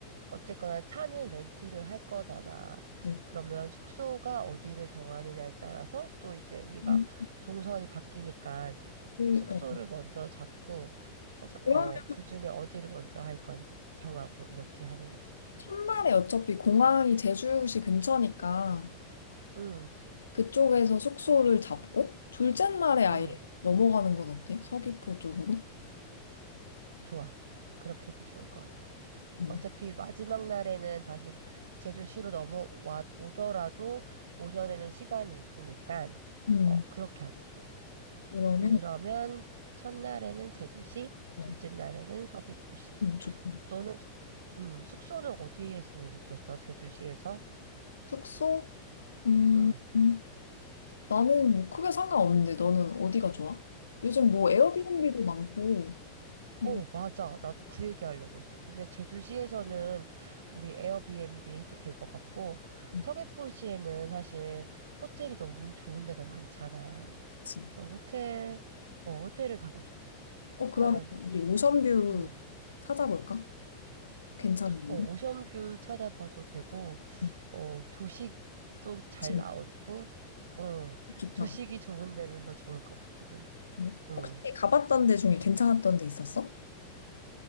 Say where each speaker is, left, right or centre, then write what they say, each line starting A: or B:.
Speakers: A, on the right; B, on the left.
A: 어쨌거나 차는 렌트를 할 거잖아.
B: 네.
A: 그러면 숙소가 어디를 정하느냐에 따라서 또 이제 우리가
B: 음.
A: 동선이 바뀌니까
B: 그
A: 숙소를
B: 어.
A: 먼저 잡고 어, 서- 어,
B: 그러면
A: 주중에 어디를 먼저 할 건지 정하고 이렇게 하는 게 좋을 것 같아.
B: 첫날에 어차피 공항이 제주시 근처니까
A: 응,
B: 그쪽에서 숙소를 잡고 둘째 날에 아예
A: 응,
B: 넘어가는 건 어때? 서귀포 쪽으로?
A: 좋아. 그렇게 해도 좋을 것 같아.
B: 음.
A: 어차피 마지막 날에는 다시 제주시로 넘어와 오더라도 오전에는 시간이 있으니까
B: 음.
A: 어, 그렇게 하자, 그럼.
B: 그러면
A: 그러면 첫날에는 제주시,
B: 어,
A: 둘째 날에는 서귀포시.
B: 음, 좋다.
A: 너는 음, 숙소는 어디에 했으면 좋겠어? 제주시에서?
B: 숙소? 음,
A: 응.
B: 음. 나는 뭐 크게 상관없는데 너는 어디가 좋아? 요즘 뭐 에어비앤비도
A: 나-
B: 많고 뭐
A: 어, 맞아. 나도 그 얘기 하려고 했어. 근데 제주시에서는 우리 에어비앤비 해도 될 것 같고,
B: 음,
A: 서귀포시에는 사실 호텔이 너무 좋은 데가 많잖아.
B: 그치.
A: 그래서 호텔, 어, 호텔을 가고 싶어.
B: 어 그러면
A: 하루는.
B: 우리 오션뷰
A: 응.
B: 찾아볼까? 괜찮은데?
A: 어, 오션뷰 찾아봐도 되고,
B: 음,
A: 어, 조식도 잘
B: 진짜
A: 나오고, 어,
B: 좋다.
A: 조식이 좋은 데면 더 좋을 것 같기도 해.
B: 음.
A: 응.
B: 혹시 가봤던 데 중에 괜찮았던 데 있었어?